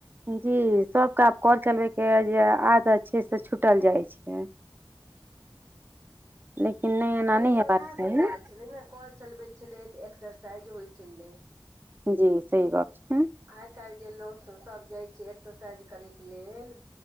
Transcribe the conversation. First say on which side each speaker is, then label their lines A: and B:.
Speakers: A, on the right; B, on the right.
A: जी सबके आब कल चलबैके जे आदत छै से छुटल जाइ छै। छै लेकिन नहि एना
B: आ पहिले
A: नहि हेबाक
B: उएहसभ
A: चाही
B: दुआरे छलै ने कल चलबै छलै तऽ एक्सरसाइज होइ छलै
A: जी सही गप छै।
B: आइ काल्हि जे लोग सब सब जाइ छै एक्सरसाइज करयके लेल